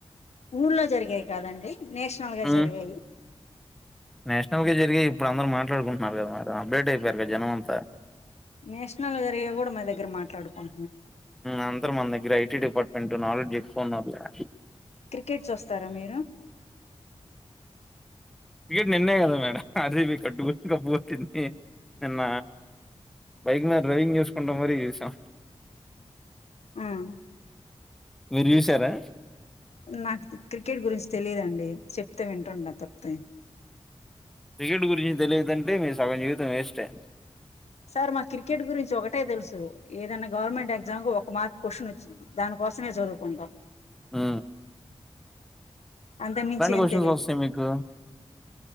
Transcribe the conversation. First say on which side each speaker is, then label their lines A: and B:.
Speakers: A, on the left; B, in the centre.
A: ఊర్లో జరిగాయి కాదండి నేషనల్ గా
B: ఉమ్
A: జరిగేయి
B: నేషనల్ గా జరిగేయి ఇప్పుడు అందరూ మాట్లాడుకుంటున్నారు కదా మరి అప్డేట్ అయిపోయారు కదా జనం అంతా
A: నేషనల్ జరిగేయి కూడా మా దగ్గర మాట్లాడుకోం
B: అందరు మన దగ్గర టీ <unintelligible> అపార్ట్మెంట్ నాలెడ్జ్ ఎక్కువున్నారులే
A: క్రికెట్ చూస్తారా మీరు
B: క్రికెట్ నిన్నే కదా మేడం ఆర్ సి బి కట్టు కప్పు కొట్టింది నిన్న బైక్ మీద డ్రైవింగ్ చేసుకుంటా మరీ చూసాం.
A: హ్మ్
B: మీరు చూసారా.
A: నాకు క్రికెట్ గురించి తెలియదుండి చెప్తే వింటుంటా తప్పితే
B: క్రికెట్ గురించి తెలియదంటే మీ సగం జీవితం వేస్టే
A: సార్ మా క్రికెట్ గురించి ఒకటే తెలుసు ఏదైనా గవర్నమెంట్ ఎగ్జామ్ కు ఒక. ఒక మార్క్ క్వశ్చన్ వచ్చింది దానికోసమే చదువుకుంటాం
B: ఆ
A: అంతకు మించి ఏం
B: క్వశ్చన్స్
A: తెలియదు
B: వస్తాయి మీకు